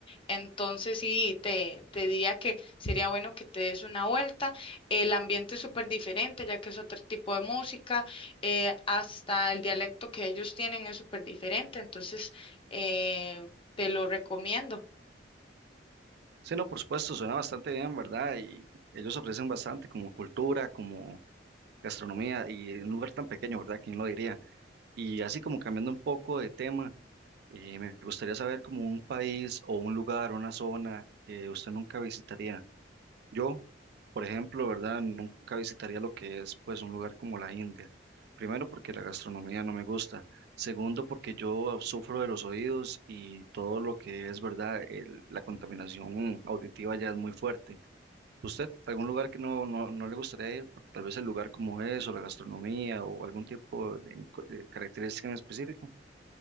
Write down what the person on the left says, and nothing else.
Entonces sí, te, te diría que sería bueno que te des una vuelta. El ambiente es súper diferente, ya que es otro tipo de música. eh, hasta el dialecto que ellos tienen es súper diferente. Entonces, eh, te lo recomiendo.